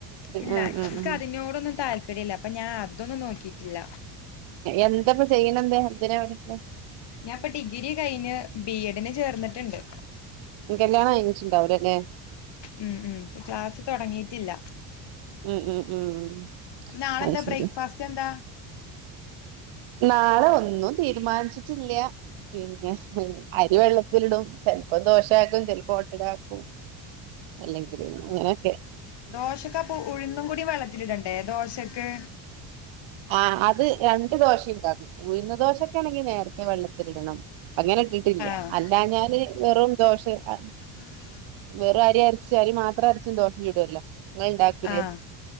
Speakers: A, on the left; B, on the right.
A: ഇല്ല
B: ആ ആ
A: ഇക്ക്
B: ആ
A: അതിനോടൊന്നും താല്പര്യി യല്ല അപ്പൊ ഞാൻ അതൊന്നും നോക്കിയിട്ടില്ല
B: എന്താപ്പ ചെയ്യണെന്ത് എന്തിനാ പഠിക്കണെ
A: ഞാൻപ്പൊ ഡിഗ്രി കഴിഞ്ഞ് ബി എഡിന് ചേർന്നിട്ടുണ്ട്.
B: കല്യാണം കഴിഞ്ഞിട്ടുണ്ടാവില്ലല്ലേ.
A: ഉം ഉം ക്ലാസ്സ് തുടങ്ങിയിട്ടില്ല
B: ഉം ഉം ഉം
A: നാളെന്താ
B: അവ് ശരി
A: ബ്രേക്ക്ഫാസ്റ്റ് എന്താ
B: നാളെ ഒന്നും തീരുമാനിച്ചിട്ടില്ല്യാ പിന്നെ അരിവെള്ളത്തിലിടും ചെലപ്പോ ദോഷക്കും ചെൽപ്പോ ഒട്ടടാക്കും അല്ലെങ്കിലും അങ്ങനൊക്കെ
A: ദോശൊക്കെ അപ്പ ഉഴുന്നും കൂടി വെള്ളത്തി ഇടണ്ടേ ദോശൊക്കെ
B: ആ അത് രണ്ട് ദോശയുംണ്ടാണം ഉഴന്ന ദോശൊക്കെ ആണെങ്കി നേരത്തെ വെള്ളത്തിലിടണം അങ്ങനെ ഇട്ടിട്ടില്ല
A: ആഹ്
B: അല്ല ഞാന് വെറും ദോഷ അ
A: ഉഹ <unintelligible>
B: ഒരരിചാലു മാ എത്ര അർച്ചും ദോശചുടല്ലോ ഇങ്ങള് ഉണ്ടാക്കലേ
A: ആഹ്